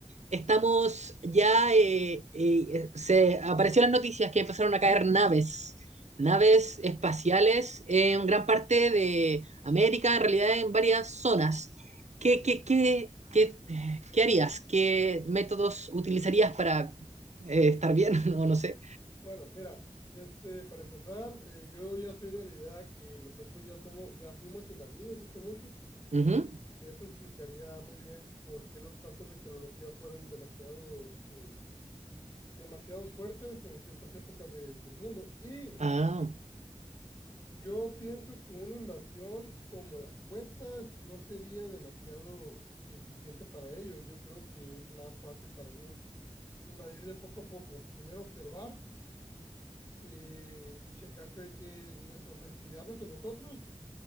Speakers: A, on the right; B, on the left.
A: estamos ya, eh, eh, se apareció en las noticias que empezaron a caer naves, naves espaciales en gran parte de América, en realidad en varias zonas. ¿Qué, qué, qué, qué, qué harías? ¿Qué métodos utilizarías para eh, estar bien? <laughs> no no sé.
B: Bueno, mira, este, para empezar, eh, yo ya soy de la idea que nosotros ya somos, ya fuimos invadidos hace mucho.
A: Ujú.
B: Eso explicaría muy bien por qué los saltos de tecnología fueron demasiados, eh, demasiados fuertes en ciertas épocas del del mundo. Y
A: Ah,
B: yo pienso que una invasión como la cuentas no sería demasiado eficiente para ellos. Yo creo que es más fácil para ellos invadir de poco a poco. Primero observar eh, checar que, que nuestros, o sea, estudiarnos a nosotros